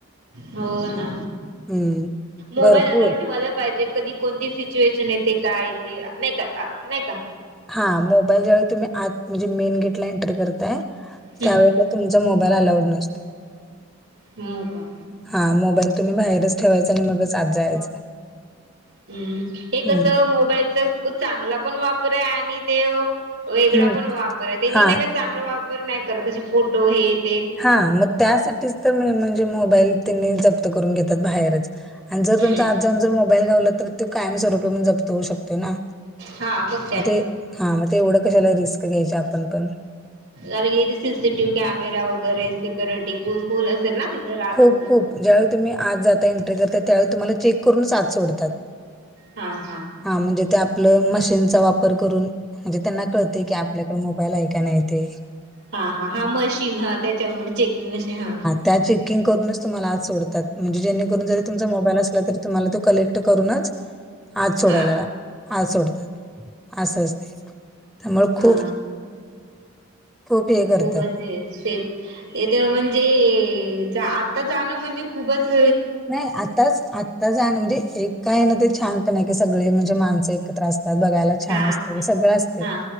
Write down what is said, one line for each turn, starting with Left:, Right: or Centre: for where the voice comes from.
Right: हो ना.
Centre: हं.
Right: मोबाईल
Centre: भरपूर
Right: अलाउड ठेव यला पाहिजे. कधी कोणती सिच्युएशन येते? काय येते? नाही का नाही का.
Centre: हा मोबाईल ज्यावेळी तुम्ही आत म्हणजे मेन गेटला एंट्री करताय,
Right: हम्म
Centre: त्यावेळेला तुमचा मोबाईल अलाउड नसतो.
Right: हो का?
Centre: हा मोबाईल तुम्ही बाहेरच ठेवायचा आणि मगच आत जायचं.
Right: हम्म, हे
Centre: हं,
Right: कसं मोबाईलच चांगला पण वापर आहे आणि ते वेगळा
Centre: हं.
Right: पण वापर आहे. त्यांनी
Centre: हां,
Right: नाही का चांगला वापर नाही करत तेजी फोटो अ हेत
Centre: हा मग त्यासाठीच तर मेन म्हणजे मोबाईल तेनी जप्त करून घेतात बाहेरच आणि जर तुमचा
Right: हम्म
Centre: आत जाऊ न जर मोबाईल घावला तर, तो कायमस्वरूपी पण जप्त होऊ शकतो ना.
Right: हा काय
Centre: मग ते हा मग तेवढं कशाला रिस्क घ्यायची आपण पण.
Right: अरे गेली सीसीटीव्ही कॅमेरा वगैरे सिक्युरिटी फुल फुल असेल ना राहत
Centre: खूप
Right: असेल
Centre: खूप ज्यावेळी तुम्ही आज जाता एंट्री करता त्यावेळी तुम्हाला चेक करूनच आज सोडतात.
Right: हा हा.
Centre: हा म्हणजे ते आपलं मशीनचा वापर करून. म्हणजे त्यांना कळते की आपल्याकड मोबाईल आहे का नाही ते.
Right: हा हा हा मशीन हा त्याच्यामुळे चेकिंग मशीन हा.
Centre: त्याची. बुकिंग करूनच तुम्हा आज सोडतात म्हणजे जेणेकरून जरी तुमचा मोबाईल असला तरी तुम्हा तो कलेक्ट करूनच आत सोडायला
Right: हा
Centre: हा सोडतात आसं असतंय. त्यामुळं खूप
Right: हा
Centre: खूप हे करतात
Right: खूपच हे सेफ तिथं म्हणजे आता जाणं म्हणजे खूपच <unintelligible>
Centre: नाही आताच आत तर जान म्हणजे एका येन ते छान पण आह सगळे म्हणजे माणसं एकत्र असतात बघायला छान
Right: हा
Centre: असत सगळं असते
Right: हा